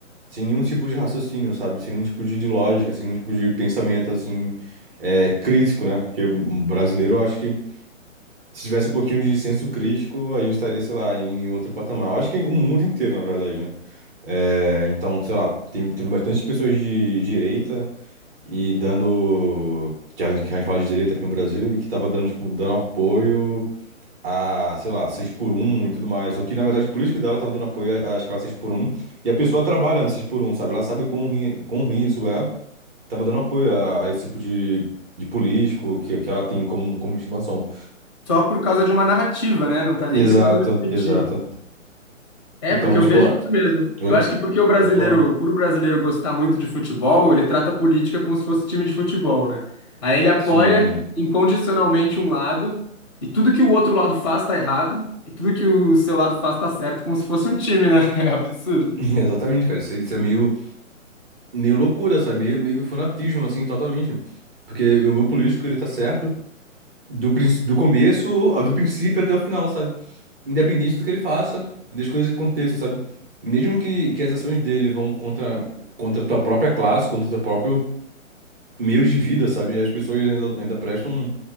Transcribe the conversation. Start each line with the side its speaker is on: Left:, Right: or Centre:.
Right: sem nenhum tipo de raciocínio, sabe? Sem nenhum tipo de, de lógica, sem nenhum tipo de pensamento assim, é, crítico, né? Porque um brasileiro, eu acho que se tivesse um pouquinho de senso crítico, a gente estaria, sei lá, em outro patamar. Eu acho que o mundo inteiro, na verdade, né? É, então, sei lá, teve, teve bastante pessoas de direita e dando. Que a gente que a gente fala de direita aqui no Brasil e que tava dando, tipo, dando apoio a, sei lá, seis por um e tudo mais. Ou que, na verdade, o político dela tava dando apoio à, à escala seis por um E a pessoa trabalha na 6x1, sabe? Ela sabe quão ruim, quão ruim isso é. Tava dando apoio a, a esse tipo de, de político que, que ela tem como, como estimação.
Left: <laughs> Só por causa de uma narrativa, né? Não tá
Right: Exato,
Left: nem tentando refletir.
Right: exato.
Left: É,
Right: Então,
Left: porque eu
Right: tipo,
Left: vejo
Right: ó,
Left: isso mesmo.
Right: oi,
Left: Eu acho que porque o brasileiro,
Right: pode falar.
Left: por o brasileiro gostar muito de futebol, ele trata a política como se fosse time de futebol, né? Aí ele apoia
Right: Sim.
Left: incondicionalmente um lado, e tudo que o outro lado faz tá errado, e tudo que o seu lado faz tá certo, como se fosse um time, né? <laughs> É absurdo.
Right: <laughs> Exatamente, cara. Isso, é isso é meio, meio loucura, sabe? Meio, meio fanatismo, assim, totalmente. Porque o meu político, ele tá certo do, princ- do começo, ao- do princípio até o final, sabe? independente do que ele faça e das coisas que aconteçam, sabe? Mesmo que, que as ações dele vão contra, contra a tua própria classe, contra o teu próprio meio de vida, sabe? As pessoas ainda, ainda prestam,